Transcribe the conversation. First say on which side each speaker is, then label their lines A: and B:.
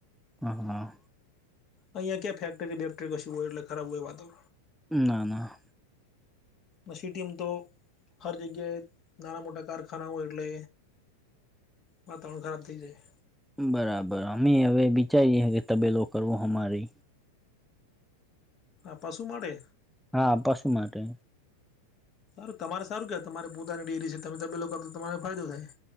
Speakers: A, in the centre; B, on the left.
A: હા, હા.
B: અહીયાં ક્યાં ફેક્ટરી બેક્ટરી કશું હોય એટલે ખરાબ હોય વાતો
A: ના, ના.
B: મ સિટીમ તો હર જગ્યાએ નાના મોટા કારખાનાઓ એટલે વાતાવરણ ખરાબ થઈ જાય.
A: બરાબર અમે હવે વિચારીએ તબેલો કરવો હ અમારે.
B: હા પશુ માટે?
A: હા પશુ માટે.
B: સારું તમારે સારું કહેવા તમારે પોતાની ડેરી છે તમે તબેલો કરો તો તમાને ફાયદો થાય.